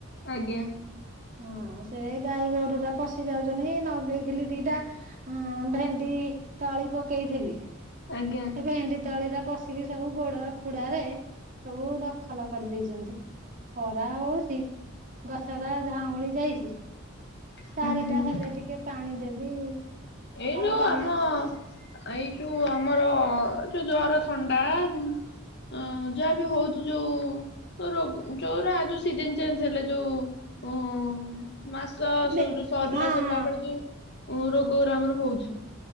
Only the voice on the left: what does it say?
ଆଜ୍ଞା
ଆଜ୍ଞା।
ହୁଁ
ହୁଁ
ଏଇ
ଯୋଉ
ଆମ ଏଇ ଯୋଉ ଆମର ଯୋଉ ଜର ଥଣ୍ଡା ଅ ଯାହା ବି ହଉଛି ଯୋଉ ରୋଗ ଯୋଉରା ସିଜନ୍ ଚେଞ୍ଜ ହେଲେ ଯୋଉ ହୁଁ। ମାସ ଆସ
ଯୋଉ ସରିଲା
ସରିଲା ବେଳେ ଯୋଉ ଉଁ ରୋଗ ଗୁରା ଆମର ଯୋଉ ହଉଛି।